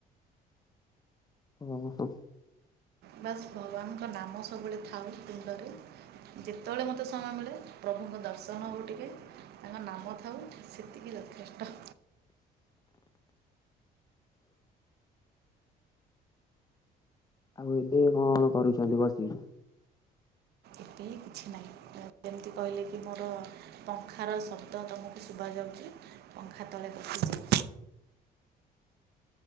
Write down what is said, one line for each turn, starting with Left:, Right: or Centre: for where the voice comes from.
Left: ଉହୁଁ।
Right: ବାସ୍ ଭଗବାନଙ୍କ ନାମ ସବୁବେଳେ ଥାଉ ତୁଣ୍ଡରେ। ଯେତେବେଳେ ମୋତେ ସମୟ ମିଳେ ପ୍ରଭୁଙ୍କ ଦର୍ଶନ ହଉ ଟିକେ। ତାଙ୍କ ନାମ ଥାଉ ସେତିକି ଯଥେଷ୍ଟ।
Left: ତୋ ଏବେ କଣ କରୁଚନ୍ତି ବସିକି?
Right: ଏବେ କିଛି ନାହିଁ ଯେମିତି କହିଲେ କି ମୋର ପଙ୍ଖାର ଶବ୍ଦ ତମକୁ ସୁବା ଯାଉଚି ପଙ୍ଖା ତଳେ ବସିଚି।